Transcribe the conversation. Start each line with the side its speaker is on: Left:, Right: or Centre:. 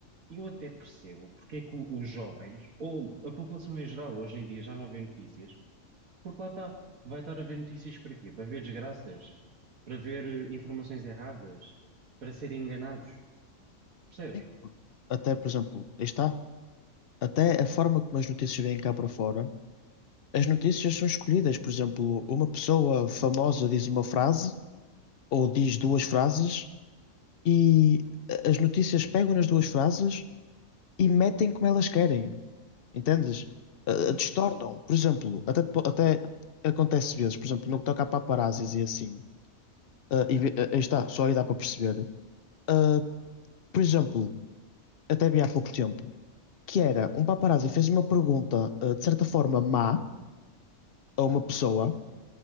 Right: eu até percebo porque é que o- os jovens, ou a população em geral, hoje em dia já não vê notícias, porque lá está, vai estar a ver notícias para quê? Para ver desgraças, para ver eh, informações erradas, para serem enganados, percebes?
Left: E, Até, por
Right: Eh,
Left: exemplo, aí está, até a forma como as notícias vêm cá para fora, as notícias são escolhidas. Por exemplo, uma pessoa famosa diz uma frase. ou diz duas frases e as notícias pegam nas duas frases e metem como elas querem, entendes? A-
Right: Sim,
Left: a Distornam, por exemplo, até, po- até acontece vezes, por exemplo, no que toca a paparazzis e assim, ah, e, ve- ah, aí está, só aí dá para perceber. Ah, por exemplo, até vi há pouco tempo, que era um paparazzi fez uma pergunta, ah, de certa forma má a uma pessoa